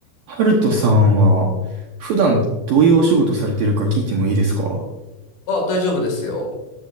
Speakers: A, on the right; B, on the left.
A: ハルトさんは、普段どういうお仕事されてるか聞いてもいいですか
B: あ、大丈夫ですよ。